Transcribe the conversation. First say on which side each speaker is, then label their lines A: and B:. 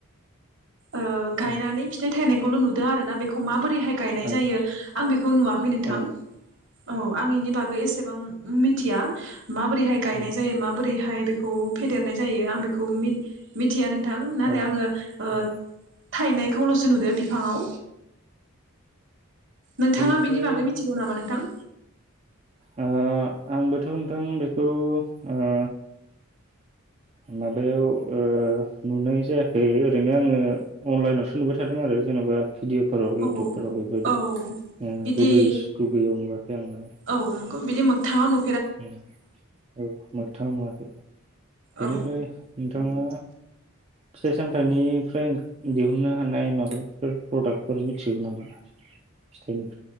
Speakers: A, on the right (about 55°); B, on the right (about 30°).
A: ओ
B: औ
A: गायनानै फिथाइ थायनाय खौल' नुदों आरो ना बेखौ माबोरै बोरैहाय गायनाय
B: औ
A: जायो आं बेखौ नुवाखै नोंथां
B: औ
A: औ आं इनि बागै एसेबां मिथिया माबोरैहाय गायनाय
B: उम उम
A: जायो माबोरैहाय बे खौ फेदेरनाय जायो आं बेखौ मिथिया नों थां नाथाय
B: औ
A: आङो बत
B: औ
A: थायनायखौल'सो नुदो बिफाङाव नोंथाङा
B: बेनिफ्राय
A: बिनि बागै मिथिगौ नामा नोंथां?
B: ओ आंबोथ' नोंथां बेखौ ओ माबायाव ओ नुनाय जायाखै ओरैनो आङो अनलाइनावसो नुबाय थादों आरो जेन'बा भिदिवफोराव
A: औ
B: इउटुबफोराव बेबायदि ओं
A: बिदि
B: गुबै गुबैयाव नुवाखै आं माने।
A: औ नंगौ बिदि मोगथाङाव नु
B: उम औ मोगथाङा नुवाखै। बेनिफ्राय
A: औ
B: नोंथाङा फिथाइ सामथाइनिफ्राय ओ दिहुननो हानाय माबाफोर प्रडाक्टफोर मिथिगौ नामा फिथाइनि